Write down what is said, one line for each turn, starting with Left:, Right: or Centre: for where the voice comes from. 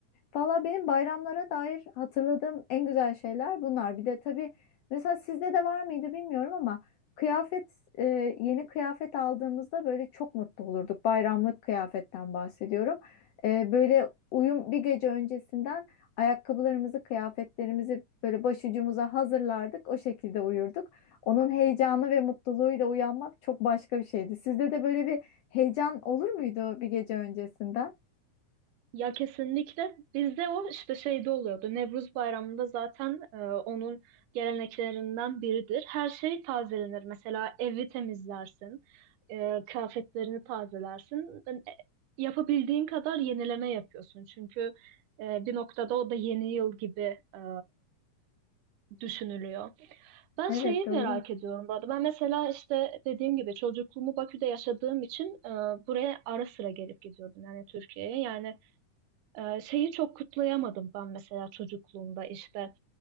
Left: Valla benim bayramlara dair hatırladığım en güzel şeyler bunlar. Bir de tabii Mesela sizde de var mıydı bilmiyorum ama kıyafet e, yeni kıyafet aldığımızda böyle çok mutlu olurduk. Bayramlık kıyafetten bahsediyorum. E, böyle uyum bir gece öncesinden ayakkabılarımızı, kıyafetlerimizi böyle başucumuza hazırlardık. O şekilde uyurduk. Onun heyecanı ve mutluluğuyla uyanmak çok başka bir şeydi. Sizde de böyle bir heyecan olur muydu bir gece öncesinden?
Right: Ya kesinlikle bizde o işte şeyde oluyordu. Nevruz Bayramı'nda zaten e, onun geleneklerinden biridir. Her şey tazelenir. Mesela evi temizlersin, e, kıyafetlerini tazelersin. e, Yapabildiğin kadar yenileme yapıyorsun. Çünkü e, bir noktada o da yeni yıl gibi e, düşünülüyor. Ben
Left: Evet
Right: şeyi
Left: doğru.
Right: merak ediyorum bu arada. Ben mesela işte dediğim gibi çocukluğumu Bakü'de yaşadığım için e, buraya ara sıra gelip gidiyordum yani Türkiye'ye. Yani ee, şeyi çok kutlayamadım ben mesela çocukluğumda işte